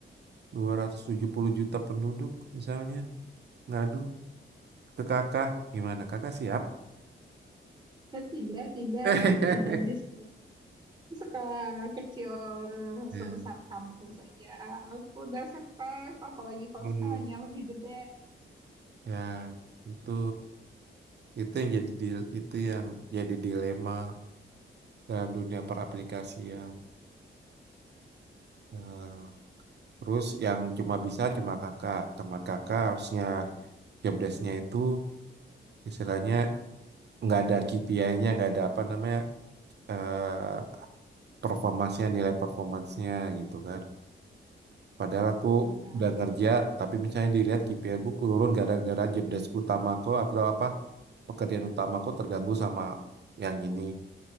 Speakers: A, on the right; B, on the right.
A: dua ratus tujuh puluh juta penduduk misalnya ngadu ke kakak gimana kakak siap
B: Tidak, tidak, tidak,
A: <laughs>
B: tidak just Sekolah kecil
A: Ya.
B: sebesar kampus aja. Aku udah stres, apalagi kalau
A: Hmm,
B: skalanya lebih gede.
A: ya itu itu yang jadi dil- itu yang jadi dilema dalam dunia peraplikasian. Nah, terus yang cuma bisa cuma kakak, teman kakak harusnya job desk-nya itu istilahnya nggak ada KPI-nya, nggak ada apa namanya eh performansnya, nilai performansnya gitu kan. Padahal aku
B: Iya,
A: udah ngerja, tapi misalnya dilihat KPI aku turun gara-gara job desk utamaku atau apa pekerjaan utamaku terganggu sama yang ini.